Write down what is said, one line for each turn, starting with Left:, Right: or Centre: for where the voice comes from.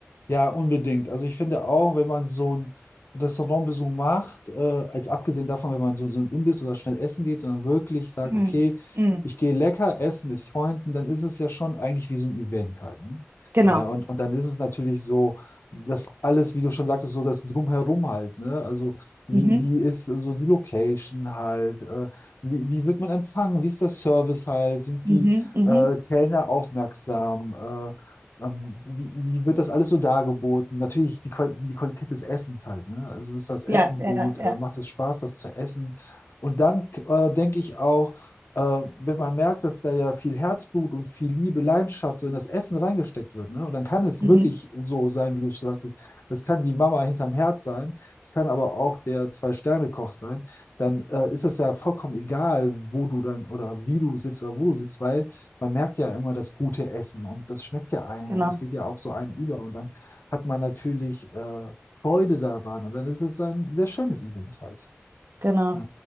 Left: Ja, unbedingt. Also ich finde auch, wenn man so einen Restaurantbesuch macht, äh, als abgesehen davon, wenn man so, so ein Imbiss oder schnell essen geht, sondern wirklich sagt,
Right: Mhm.
Left: okay,
Right: Mhm.
Left: ich gehe lecker essen mit Freunden, dann ist es ja schon eigentlich wie so ein Event halt, ne?
Right: Genau.
Left: Naja, und, und dann ist es natürlich so, dass alles, wie du schon sagtest, so das Drumherum halt, ne? Also wie,
Right: Mhm.
Left: wie ist so die Location halt, äh, wie, wie wird man empfangen, wie ist der Service halt, sind
Right: Mhm.
Left: die
Right: Mhm.
Left: äh, Kellner aufmerksam, Äh, ähm, wie, wie wird das alles so dargeboten? Natürlich die, Qual die Qualität des Essens halt, ne? Also ist das Essen
Right: Ja, ja,
Left: gut? Äh,
Right: ja.
Left: macht es Spaß, das zu essen? Und dann äh, denke ich auch, äh, wenn man merkt, dass da ja viel Herzblut und viel Liebe, Leidenschaft so in das Essen reingesteckt wird, ne? Und dann kann es
Right: Mhm.
Left: wirklich so sein, wie du schon sagtest, das kann die Mama hinterm Herd sein, es kann aber auch der Zwei-Sterne-Koch sein, dann äh, ist es ja vollkommen egal, wo du dann oder wie du sitzt oder wo du sitzt, weil man merkt ja immer das gute Essen und das schmeckt ja einem
Right: Genau.
Left: und das geht ja auch so einem über und dann hat man natürlich äh, Freude daran und dann ist es ein sehr schönes Event halt.
Right: Genau.
Left: Äh,